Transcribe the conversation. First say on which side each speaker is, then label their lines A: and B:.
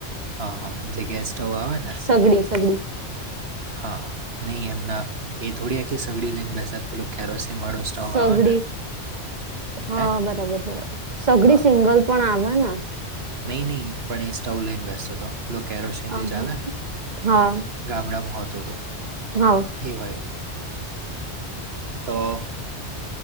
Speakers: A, on the right (about 60°); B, on the right (about 40°).
A: હા હા જે ગેસ સ્ટોવ આવે ને
B: સગડી સગડી
A: હા નહીં એમના એ થોડી આખી સગડી લઈને બેસેબ. પેલું કેરોસીન વાળો સ્ટવ
B: સગડી
A: આવે ને
B: હા
A: હે.
B: બરાબર બરાબર સગડી
A: હા
B: સિંગલ પણ આવે ને.
A: નહીં નહીં પણ એ સ્ટવ લઈને બેસતો હતો પેલો કેરોશિ
B: અહ.
A: ચાલે ને.
B: હા
A: ગાબડા મહત્વ હતો
B: હા.
A: <unintelligible> તો.